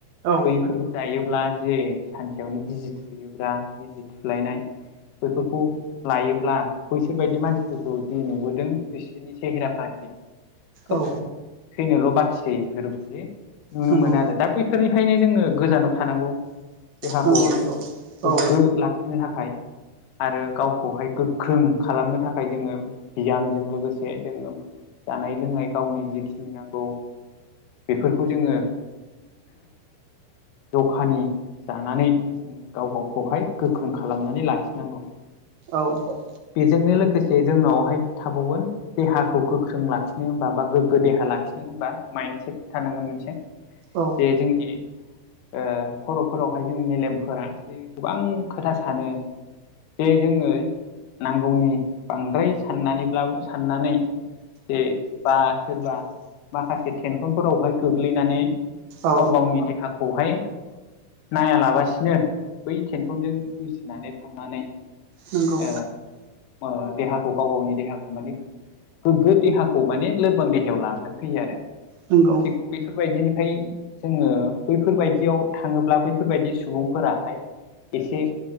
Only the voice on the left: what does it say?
बैफोरबो जायोब्ला जे सानसेयावनो बिजि थुयोब्ला बिजि थुलायनाय बैफोरखौ लायोब्ला बैसोरबायायदि मानसिफोरखौ जि नुबोदों बिसोरनि सेहेरा फाथि खोब
थैनोल' बाखिसै बेफोरबायदि नुनो
मोनो आरो दा बैफोरनिफ्रायनो जोङो गोजानाव थानांगौ देहाखौ
गोग्गो
लाखि थाखाय आरो गावखौहाय गोख्रों खालामनो थाखाय ओमफ्राय जोङो बियामजों लोगोसे जोङो जानाय लोंनाय गावनि जिखिनि नांगौ बेफोरखौ जोङो दखानि जानानै जोङो गाव गावखौहाय गोख्रों खालामनानै लाखिनांगौ
बेजोंनो लोगोसे जोंनावहाय थाबावगोन देहाखौ गोख्रों लाखिनो हनबा बा गोग्गो देहा लाखिनो हनबा माइन्डसेट थानांगोन मोनसे
जे जोंनि ओ खर'फोरावहाय जों मेलेमफोरा जे गोबां खोथा सानो बेे जोङो नांगौनि बांद्राय साननानैब्लाबो साननानै जे बा सोरबा माखासे टेनसनफोरावहाय गोग्लैनानै
गाव गावनि देहाखौ खौहाय नायालाबासिनो बै टेनसनजों जुजिनानै थांनानै
ओ ओ देहाखौ गाव गावनि देहाखौ माने गोग्गो देहाखौ माने लोरबां देहायाव लानानै फैयो आरो
थिग बेफोरबायदिनिफ्राय जोङो बैफोरबायदियाव थाङोब्ला बैफोरबायदि सुबुंफोराहाय एसे